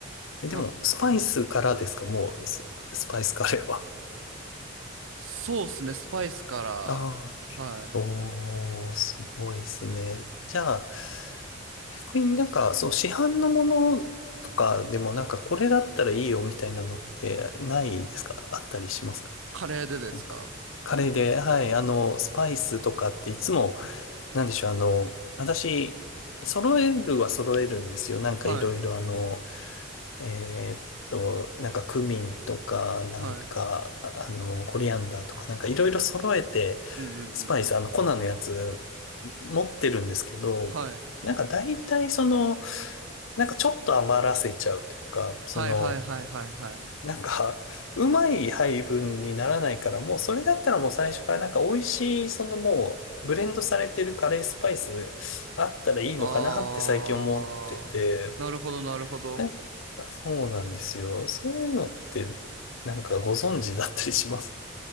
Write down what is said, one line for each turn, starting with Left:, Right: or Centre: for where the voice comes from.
Left: え、でもスパイスからですかもうス、
Right: なんうん
Left: スパイスカレーは。
Right: そうですね、スパイスから、
Left: ああ。
Right: はい。
Left: おー、すごいですね。じゃあ、逆になんか、そう、市販のものとかでもなんか、これだったらいいよみたいなのってないですかあったりしますか
Right: カレーでですか
Left: なんか、カレーで、はい、あの、スパイスとかっていつも、なんでしょう、あの、私、揃えるは揃えるんですよ。なんかいろいろあの、
Right: はい。
Left: えーっと、なんかクミンとか、なんか、
Right: はい。
Left: ああの、コリアンダーとか、なんかいろいろ揃えて、
Right: うんうんうんうん。
Left: スパイス、あの、粉のやつ持ってるんですけど、
Right: はい。
Left: なんか大体その、なんかちょっと余らせちゃうというか、その、
Right: はいはいはいはいはい。
Left: なんか、うまい配分にならないから、もうそれだったらもう最初からなんか美味しい、そのもう、ブレンドされてるカレースパイスあったらいいのかなって最近思ってて、
Right: あー、なるほどなるほど。
Left: なんかそうなんですよ。そういうのって、なんかご存知だったりします。